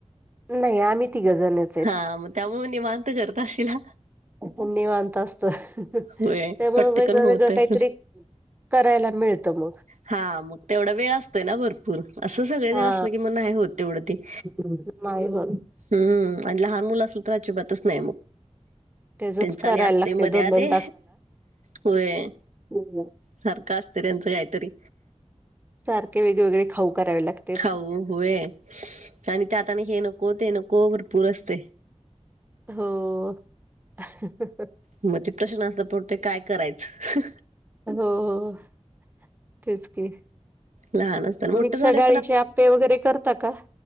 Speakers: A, on the right; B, on the right.
A: नही, आम्ही तीघ जणं.
B: हां, म त्यामुळ निवांत करत अशील हा.
A: आपण निवांत असत, त्यामुळं
B: होय पटकन
A: वेगळं-वेगळं
B: होत असेल
A: काहीतरी करायला मिळत, मग.
B: हां, म तेवढा वेळ असतोय ना भरपूर, असं सगळेजण
A: हा
B: असलं की, मग नाही होत, तेवढं ते.
A: <unintelligible> नाही होत.
B: हम्म अन लहान मुल असल, तर अजिबातच नही मग.
A: त्याचच
B: त्यांचं
A: करायला
B: आणि असते,
A: लागते
B: मध्ये-आदे
A: दोन दोन
B: होय.
A: हम् ह.
B: सारखं असत, त्यांचं काहीतरी.
A: सारखे वेगळे-वेगळे खाऊ करावे लाग
B: खाऊ होय आणि त्यात आणि हे नको, तें नको भरपूर असतंय.
A: हो, ह्ह्हणं.
B: म ते प्रश्न असतात, पण ते काय करायचं?
A: हो हो, तेच की.
B: लहान असताना मोठं
A: मिक्स
B: झालं
A: डाळीचे आप्पे वगैरे, करता का?